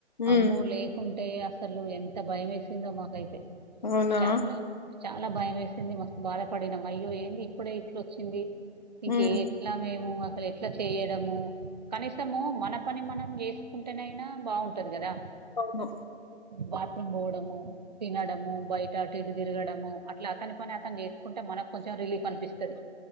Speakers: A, on the left (about 40°); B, on the right (about 35°).
A: ఉమ్
B: అమ్మో లేకుంటే అసలు ఎంత భయం వేసిందో మాకైతే
A: అవునా
B: చాలా, చాలా భయం వేసింది మస్తు బాధపడినాం అయ్యో ఏమి ఇప్పుడే ఇట్ల వచ్చింది ఇంక
A: ఉమ్
B: ఎట్లా మేము అసలు ఎట్లా చేయడము కనీసము మన పని మనం చేసుకుంటేనయినా బాగుంటది కదా
A: అవును
B: బాత్రూమ్ పోవడము తినడము బయట అటు ఇటు తిరగడము అట్లా అతని పని అతను చేసుకుంటా మనకి కొంచెం రిలీఫ్ అనిపిస్తుంది